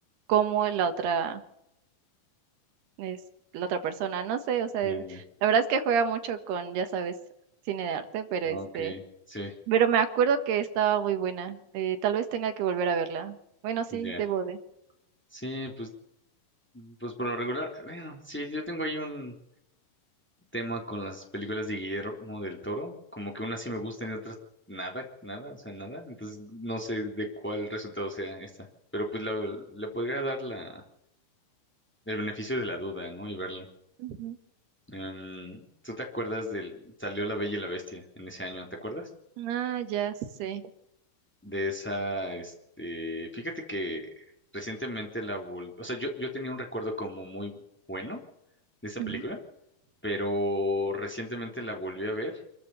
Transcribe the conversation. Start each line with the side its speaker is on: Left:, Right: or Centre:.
Right: como la otra, es la otra persona, no sé, o sea,
Centre: Ya,
Right: es-
Centre: ya.
Right: la verdad es que juega mucho con, ya sabes, cine de arte, pero este,
Centre: Ok, sí,
Right: pero me acuerdo que estaba muy buena, eh, tal vez tenga que volver a verla. Bueno, sí,
Centre: ya.
Right: debo de.
Centre: Sí, pues, pues por lo regular, bueno, sí, yo tengo ahí un... tema con las películas de Guillermo del Toro, como que unas sí me gustan y otras nada, nada, o sea, nada. Entonces no sé de cuál resultado sea esta, pero pues la, le podría dar la, el beneficio de la duda, ¿no? Y verla.
Right: Ujú.
Centre: Em, ¿tú te acuerdas del, salió La Bella y la Bestia en ese año, ¿te acuerdas?
Right: Ah, ya sé.
Centre: De esa, este, fíjate que recientemente la volví, o sea, yo, yo tenía un recuerdo como muy bueno de esa
Right: Ujú.
Centre: película, pero recientemente la volví a ver